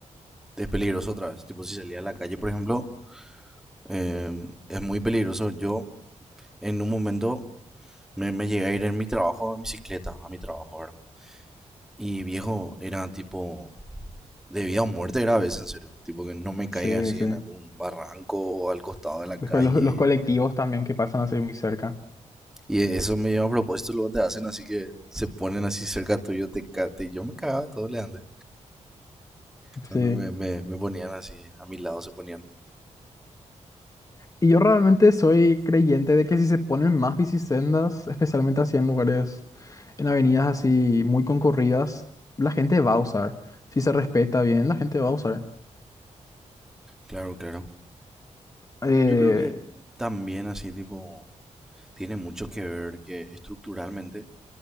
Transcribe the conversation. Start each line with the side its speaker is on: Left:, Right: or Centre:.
Centre: es peligroso otra vez. Tipo, si salía a la calle, por ejemplo, eh, es muy peligroso. Yo, en un momento, me, me llegué a ir en mi trabajo, en bicicleta, a mi trabajo, ¿verdad? Y viejo, era tipo, de vida o muerte era a veces, en serio. Tipo, que no me caiga
Left: Sí,
Centre: así
Left: sí.
Centre: en algún barranco o al costado de la
Left: Después
Centre: calle.
Left: los, los colectivos también que pasan así muy cerca.
Centre: Y e- eso me lleva a propósito, luego te hacen así que se ponen así cerca tuyo, te, ca- te- yo me cagaba todo le antes. Cuando
Left: Sí.
Centre: me, me, me ponían así, a mi lado se ponían.
Left: Y yo realmente soy creyente de que si se ponen más bicisendas, especialmente así en lugares, en avenidas así muy concurridas, la gente va a usar. Si se respeta bien, la gente va a usar.
Centre: Claro, claro.
Left: Eh,
Centre: Yo creo que también así tipo tiene mucho que ver que estructuralmente,